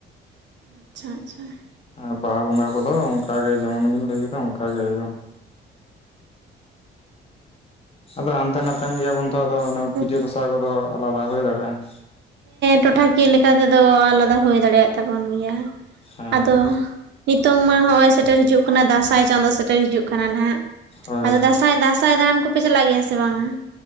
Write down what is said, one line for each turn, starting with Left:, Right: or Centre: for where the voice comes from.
Right: ᱟᱪᱪᱷᱟ ᱟᱪᱪᱷᱟ ᱾
Left: ᱟᱨ ᱵᱟᱦᱟ ᱵᱚᱸᱜᱟ ᱠᱚᱫᱚ ᱚᱱᱠᱟᱜᱮ ᱡᱮᱢᱚᱱ ᱵᱤᱱ ᱞᱟᱹᱭ ᱠᱮᱫᱟ ᱚᱱᱠᱟ ᱜᱮ ᱦᱩᱭᱩᱜᱼᱟ ᱾ ᱟᱫᱚ ᱦᱟᱱᱛᱮ ᱱᱟᱛᱮᱼᱼ ᱠᱟᱱ ᱜᱮᱭᱟ ᱵᱚᱱ ᱛᱚ, ᱟᱫᱚ
Right: ᱦᱮᱸ
Left: ᱯᱩᱡᱟᱹ ᱯᱟᱥᱟ ᱠᱚᱫᱚ ᱟᱞᱟᱫᱟ ᱦᱩᱭ ᱫᱟᱲᱮᱭᱟᱜᱼᱟ ᱾
Right: ᱴᱚᱴᱷᱟᱠᱤᱭᱟᱹ ᱞᱮᱠᱟ ᱛᱮᱫᱚ ᱟᱞᱟᱫᱟ ᱦᱩᱭ ᱫᱟᱲᱮᱭᱟᱜᱼᱟ ᱛᱟᱵᱚᱱ ᱜᱮᱭᱟ ᱾
Left: ᱦᱮᱸ
Right: ᱟᱫᱚᱼᱼ ᱱᱤᱛᱚᱝ ᱢᱟ ᱦᱚᱜ-ᱚᱭ ᱥᱮᱴᱮᱨ ᱦᱤᱡᱩᱜ ᱠᱟᱱᱟ ᱫᱟᱸᱥᱟᱭ ᱪᱟᱸᱫᱚ ᱥᱮᱴᱮᱨ ᱦᱤᱡᱩᱜ ᱠᱟᱱᱟ ᱱᱟᱜ ᱾
Left: ᱦᱳᱭ
Right: ᱟᱫᱚ ᱫᱟᱸᱥᱟᱭ, ᱫᱟᱸᱥᱟᱭ ᱫᱟᱬᱟᱱ ᱠᱚᱯᱮ ᱪᱟᱞᱟᱜ ᱜᱮᱭᱟ ᱥᱮ ᱵᱟᱝ-ᱟ?